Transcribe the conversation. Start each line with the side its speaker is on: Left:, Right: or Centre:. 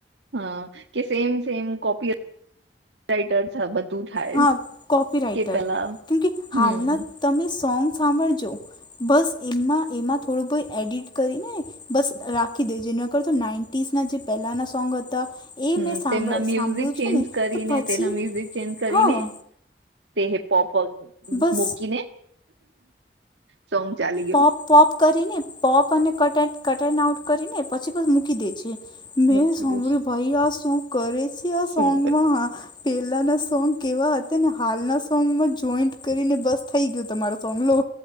Right: હા કે સેમ સેમ કોપી રાઈટર બધું થાય
Left: હા કોપી રાઇટર
Right: કે પેલા
Left: કેમ કે
Right: હમ
Left: હાલના તમે સોંગ સાંભળજો બસ એમાં એમાં થોડું બહું એડિટ કરીને બસ રાખી દેજે નોકો તો નાઈન્ટીસ ના જે પહેલાના સોંગ હતા એ
Right: હમ
Left: મેં સાંભળ
Right: તેમના મ્યુઝિક
Left: સાંભળું
Right: ચેન્જ
Left: છું ને
Right: કરીને
Left: તો પછી
Right: તેના મ્યુઝિક ચેન્જ કરીને
Left: હા
Right: તે હિપપ
Left: બસ
Right: મૂકીને સોંગ ચાલી ગયો
Left: પોપ પોપ કરીને પોપ અને કટ કટન આઉટ કરીને પછી બસ મૂકી દે છે મેં
Right: મૂકી
Left: સાભળ્યું
Right: દઈશ
Left: ભાઈ આ શું કરે છે આ
Right: શું
Left: સોન્ગમાં હા પેલાના સોંગ કેવા હતા ને હાલના સોંગમાં જોઈન્ટ કરીને બસ થઈ ગયુ તમારૂ સોંગ લો